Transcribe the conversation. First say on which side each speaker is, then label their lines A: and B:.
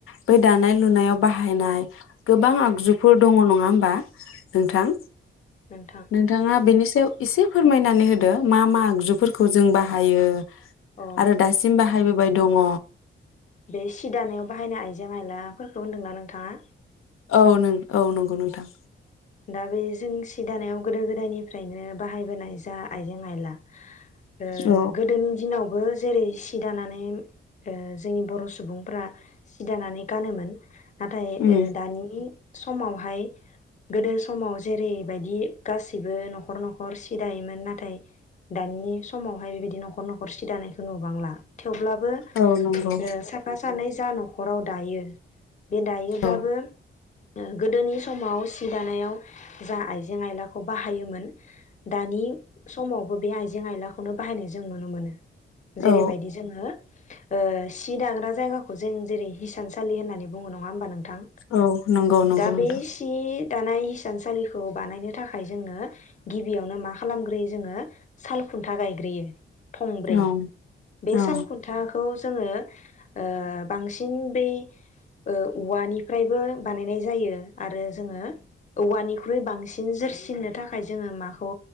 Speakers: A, on the left; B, on the left.
A: बै दानाय लुनायाव बाहायनाय गोबां आगजुफोर दङ नङा होमबा? नोंथां
B: नोंथां
A: नोंथाङा बेनि सो एसे फोरमायनानै होदो। मा मा आगजुफोरखौ जों बाह हायो
B: अ
A: आरो दासिम बाहायबो बाय दङ।
B: बे सि दानायाव बाहायनाय आइजें आयलाफोरखौ होनदोंना नोंथाङा?
A: औ नों औ नंगौ नोंथां।
B: दा बे जों सि दानायाव गोदो गोदायनिफ्रायनो बाहायबोनाय जा आइजें आयला ओ
A: औ
B: गोदोनि दिनावबो ज जेरै सि दानानैम ओ जोंनि बर' सुबुंफोरा सि दानानै गानोमोन। नाथाय
A: उम
B: ओ दानि समावहाय गोदो समाव जेरैबायदि गासिबो न'खर न'खर सि दायोमोन नाथाय दानि समावहाय बेबायदि न'खर न'खर सिदानायखौ नुबांला। थेवब्लाबो
A: औ नंगौ
B: ओ साफा सानै जा न'ख न'खराव दायो। बे दायोब्लाबो
A: औ
B: ओ गोदोनि समाव सि दानायाव जा आइजें आइलाखौ बाहायोमोन दानि समाव बो बे आइजें आइलाखौनो बाहायनाय जों नुनो मोनो। जेरैबायदि
A: औ
B: जोङो ओ सि दाग्रा जायगाखौ जों जेरै हिसानसालि होन्नानै बुङो नङा होनबा नों थां
A: औ नंगौ नंगौ
B: दा
A: नोंथां
B: बे सि दानाय हिसानसालिखौ बानायनो थाखाय जोंङो गिबियावनो मा खालामग्रोयो जोङो साल खुन्था गायग्रोयो। थंब्रै
A: औ
B: बे
A: औ
B: सालखुन्थाखौ जोङो ओ बांसिन बै ओ उवानिफ्रायबो बानायनाय जायो। आरो जोङो औवानिख्रुइ बांसिन जोरसिननो थाखाय जोङो माखौ